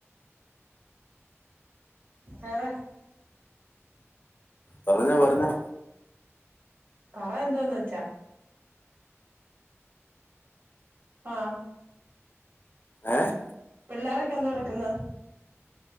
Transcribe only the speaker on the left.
പറഞ്ഞോ പറഞ്ഞോ
ഏഹ്